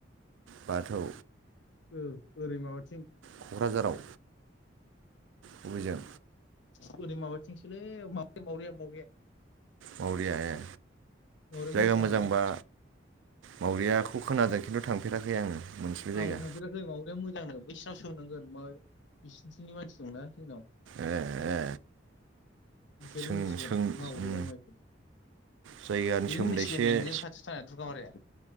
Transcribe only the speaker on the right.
बाथौ।
क'क्राझाराव। हबिजों
मावरियाया।
जायगा
मोजांबा।
मावरियाखौ खोनादों खिन्थु थांफेराखै आङो। मोनसेबो जायगा
ए ए
सों
सों
उम
जायगानि
सोमोन्दै
एसे
ए